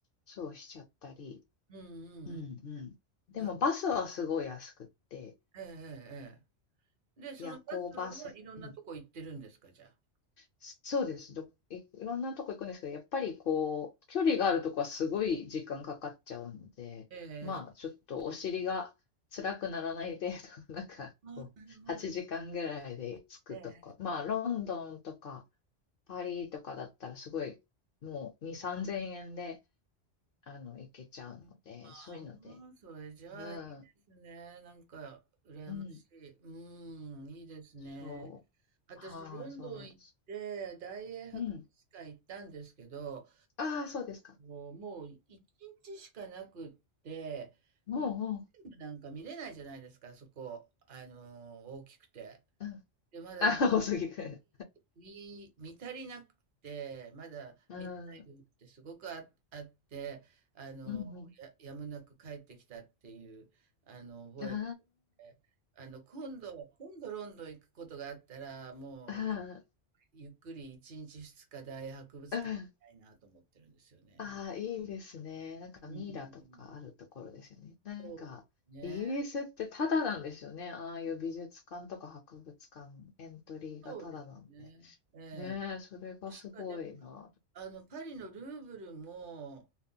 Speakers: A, on the left; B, on the right.
A: そうしちゃったり、
B: うんうんうん。
A: うんうん。でもバスはすごい安くって、
B: な、ええええ。ええで、そのバスはいろんなとこ行ってるんですか、
A: 夜行バス、うん、
B: じゃあ。
A: そうです。ど、い、いろんなとこ行くんですけど、やっぱりこう、距離があるとこはすごい時間かかっちゃうので、
B: ええ。
A: まあ、ちょっとお尻が辛くならない程度、<laughs> なんかこう、
B: ああ、なるほど。
A: 8時間ぐらいで着くとか、
B: ええ。
A: まあ、ロンドンとかパリとかだったらすごい、もう2、3000円で、あの、行けちゃうので、
B: ああ、
A: そういうので、
B: それじゃあいいですね。
A: うん、
B: なんか、羨ましい。
A: うん、
B: うん、いいですね。
A: そ
B: 私、
A: う、はい、
B: ロンドン行って、
A: そうなんです。
B: 大英博物館行ったんですけど、
A: うん、ああ、そうですか。
B: もう、もう一日しかなくって、
A: もう、
B: うん
A: も
B: 全部なんか見れないじゃないですか、そこ。あのー大きくて。
A: う、うん、
B: で、まだ見
A: ああ、多すぎて。
B: 見見足りなくて、まだ見てない部分ってすごくあ、
A: うん、うん
B: あって、あの、
A: うん。
B: や、やむなく帰ってきたっていう、あの、覚え
A: あ
B: で、あの、今度、今度ロンドン行くことがあったら、もう、
A: あ、あ
B: ゆっくり1日2日大博物館行きたいなと思ってるんですよね。
A: あ、うん。ああ、いいですね。なんかミイラとかあるところですよね。
B: うん、
A: なんか、
B: そうですね。
A: イギリスってタダなんですよね。ああいう美術館とか博物館、エントリーがタダなんで。
B: そうですね。ええ
A: ねえ、それがすごいな。
B: 確かでも、あの、パリのルーブルも、